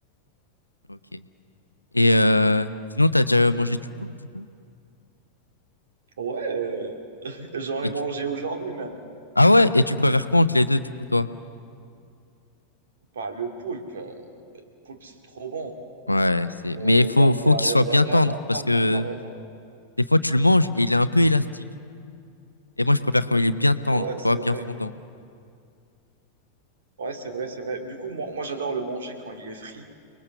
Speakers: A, on the left (about 90°); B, on the right (about 60°).
A: Ok. Et euh, sinon, t'as déjà mangé du poulpe, du coup?
B: Ouais, euh, <laughs> j'en
A: Et
B: ai mangé
A: tu...
B: aujourd'hui même.
A: Ah ouais? Et tu préfères quoi entre les deux, du coup, toi?
B: Pas le poulpe, euh, le poulpe, c'est trop bon.
A: Ouais, c'est...
B: Il
A: Mais il faut,
B: n'y a,
A: faut
B: y a,
A: qu'il soit
B: y
A: bien
B: a vraiment
A: tendre parce
B: pas
A: que
B: de comparaison.
A: des fois, tu le manges et il est un peu élastique. Et moi, je préfère quand il est bien tendre,
B: Ouais,
A: tu
B: c'est
A: vois, bien
B: vrai.
A: fondant.
B: Ouais, c'est vrai, c'est vrai. Du coup, moi, moi j'adore le manger quand il est frit.